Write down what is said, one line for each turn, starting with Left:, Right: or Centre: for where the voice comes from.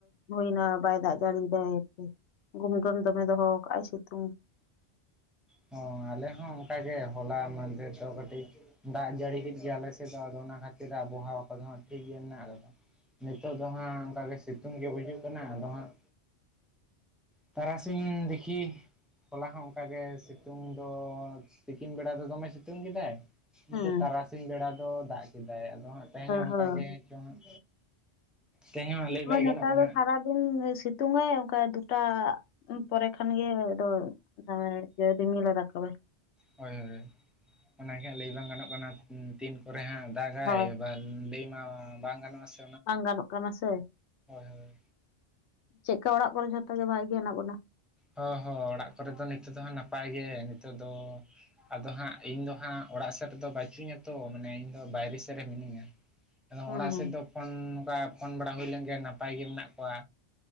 Left: ᱦᱩᱭᱱᱟ ᱵᱟᱭ ᱫᱟᱜ ᱡᱟᱹᱲᱤᱭ ᱫᱟᱭ ᱜᱩᱢ ᱠᱚᱱ ᱫᱚᱢᱮ ᱫᱚᱦᱚ ᱠᱟᱜᱼᱟᱭ ᱥᱤᱛᱩᱝ
Centre: ᱦᱚᱸ ᱟᱞᱮ ᱦᱚᱸ ᱚᱱᱠᱟᱜᱮ ᱦᱚᱞᱟ ᱢᱟᱦᱫᱷᱮᱨ ᱫᱚ ᱠᱟᱹᱴᱤᱡ ᱫᱟᱜ ᱡᱟᱹᱲᱤ ᱠᱮᱫ ᱜᱮᱭᱟ ᱟᱞᱮ ᱥᱮᱫ ᱫᱚ ᱟᱫᱚ ᱚᱱᱟ ᱠᱷᱟᱹᱛᱤᱨ ᱟᱵᱚᱦᱟᱣᱟ ᱠᱚᱫᱚ ᱦᱟᱸᱜ ᱴᱷᱤᱠ ᱜᱮ ᱢᱮᱱᱟᱜ ᱠᱟᱫᱟ ᱱᱤᱛᱳ ᱫᱚ ᱦᱟᱸᱜ ᱚᱱᱠᱟ ᱜᱮ ᱥᱤᱛᱩᱝ ᱜᱮ ᱵᱩᱡᱩᱜ ᱠᱟᱱᱟ ᱟᱫᱚ ᱦᱟᱸᱜ ᱛᱟᱨᱟᱥᱤᱧ ᱫᱤᱠᱷᱤ ᱦᱚᱞᱟ ᱦᱚᱸ ᱚᱝᱠᱟ ᱜᱮ ᱥᱤ ᱛᱩᱝ ᱫᱚ ᱛᱤᱠᱤᱱ ᱵᱮᱲᱟ ᱫᱚ ᱫᱚᱢᱮ ᱥᱤᱛᱩᱝ ᱠᱮᱫᱟᱭ
Left: ᱦᱮᱸ
Centre: ᱤᱱᱠᱟᱹ ᱛᱟᱨᱟᱥᱤ ᱥᱤᱧ ᱵᱮᱲᱟ ᱫᱚ ᱫᱟᱜ ᱠᱮᱫᱟᱭ ᱟᱫᱚ ᱦᱟᱸᱜ ᱛᱮᱦᱮᱧ ᱚᱝᱠᱟ
Left: ᱦᱳᱭ
Centre: ᱜᱮ ᱪᱚᱝ ᱦᱟᱸᱜ ᱛᱮᱦᱮᱧ ᱦᱚᱸ ᱞᱟᱹᱭ
Left: ᱦᱚᱭ
Centre: ᱵᱟᱭ
Left: ᱱᱮᱛᱟᱨ
Centre: ᱜᱟᱱᱚᱜ ᱠᱟᱱᱟ
Left: ᱫᱚ
Centre: ᱦᱟᱸᱜ
Left: ᱥᱟᱨᱟ ᱫᱤᱱ ᱥᱤᱛᱩᱝ ᱟᱭ ᱚᱝᱠᱟᱭ ᱫᱩᱴᱟ ᱯᱚᱨᱮ ᱠᱷᱟᱱ ᱜᱮ ᱟᱫᱚᱭ ᱫᱚᱡᱮ ᱤᱭᱟ ᱨᱤᱢᱤᱞᱮ ᱨᱟᱠᱟᱵᱟᱭ
Centre: ᱦᱚᱭ ᱦᱚᱭ ᱚᱱᱟᱜᱮ ᱦᱟᱸᱜ ᱞᱟᱹᱭ ᱵᱟᱝ ᱜᱟᱱᱚᱜ ᱠᱟᱱᱟ ᱛᱤᱱ ᱠᱚᱨᱮ ᱦᱟᱸᱜ ᱫᱟᱜᱟᱭ
Left: ᱦᱳᱭ
Centre: ᱵᱟᱝ ᱞᱟᱹᱭ ᱢᱟ ᱵᱟᱝ ᱜᱟᱱᱚᱜᱼᱟᱥᱮ
Left: ᱵᱟᱝ ᱜᱟᱱᱚᱜ ᱠᱟᱱᱟ ᱥᱮ
Centre: ᱦᱳᱭ
Left: ᱪᱮᱜᱠᱟ ᱚᱲᱟᱜ ᱠᱚᱨᱮ ᱡᱷᱚᱛᱚ ᱜᱮ ᱵᱷᱟᱜᱮ ᱜᱮ ᱦᱮᱱᱟᱜ ᱵᱚᱱᱟ
Centre: ᱦᱚᱸ ᱦᱚᱸ ᱚᱲᱟᱜ ᱠᱚᱨᱮ ᱫᱚ ᱱᱤᱛᱚᱜ ᱫᱚ ᱦᱟᱸᱜ ᱱᱟᱯᱟᱭ ᱜᱮ ᱱᱤᱛᱚᱜ ᱫᱚ ᱟᱫᱚ ᱦᱟᱸᱜ ᱤᱧ ᱫᱚ ᱦᱟᱸᱜ ᱚᱲᱟᱜ ᱥᱮᱫ ᱨᱮᱫᱚ ᱵᱟᱪᱩᱧᱟ ᱛᱚ ᱢᱟᱱᱮ ᱤᱧ ᱫᱚ ᱵᱟᱭᱨᱮ ᱥᱮᱜ ᱨᱮ ᱢᱤᱱᱟᱹᱧᱟ
Left: <inaudible>
Centre: ᱟᱫᱚ ᱚᱲᱟᱜ
Left: ᱦᱩᱸ
Centre: ᱥᱮᱫ ᱫᱚ ᱯᱷᱳᱱ ᱱᱚᱝᱠᱟ ᱯᱷᱳᱱ ᱵᱟᱲᱟ ᱦᱳᱭ ᱞᱮᱱᱜᱮᱭᱟ ᱱᱟᱯᱟᱭ ᱜᱮ ᱢᱮᱱᱟᱜ ᱠᱚᱣᱟ